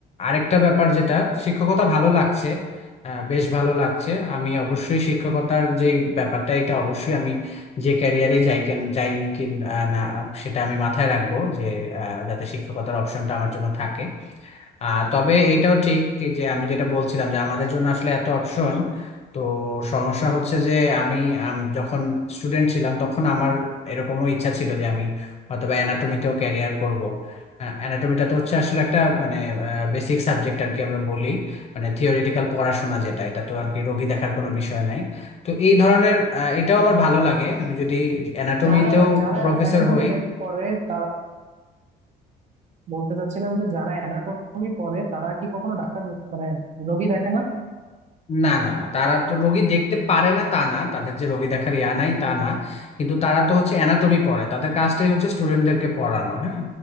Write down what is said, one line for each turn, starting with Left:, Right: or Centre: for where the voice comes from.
Left: আরেকটা ব্যাপার যেটা শিক্ষকতা ভালো লাগছে আহ, বেশ ভালো লাগছে আমি অবশ্যই শিক্ষকতার যে ব্যাপারটা এটা অবশ্যই আমি যে ক্যারিয়ারে যাই কেন যাই কি না সেটা আমি মাথায় রাখবো যে আহ, যাতে শিক্ষকতার অপশনটা আমার জন্য থাকে আহ তবে এটাও ঠিক যে আমি যেটা বলছিলাম যে আমাদের জন্য আসলে এত অপশন তো সমস্যা হচ্ছে যে আমি আম, যখন স্টুডেন্ট ছিলাম তখন আমার এরকমও ইচ্ছা ছিল যে আমি হয়তো বা অ্যানাটমিতেও ক্যারিয়ার করব অ্যানাটমিটা তো হচ্ছে আসলে একটা মানে বেসিক সাবজেক্ট আর কি আমরা বলি মানে থিওরিটিক্যাল পড়াশোনা যেটা এটা তো আর কি রোগী দেখার কোনো বিষয় নাই তো এই ধরনের আহ, এটাও আমার ভালো লাগে আমি যদি অ্যানাটমিতেও
Right: যারা যারা
Left: প্রফেসর
Right: অ্যানাটমি
Left: হই
Right: দেখ পড়ে তারা বলতে চাচ্ছিলাম যে যারা অ্যানাটমি পড়ে তারা কি কখনো ডাক্তার মানে রোগী দেখে না
Left: না না না তারা তো রোগী দেখতে পারে না তা না তাদের যে রোগী দেখার ইয়া নাই তা না কিন্তু তারা তো হচ্ছে অ্যানাটমি পড়ায় তাদের কাজটাই হচ্ছে স্টুডেন্টদেরকে পড়ানো হ্যাঁ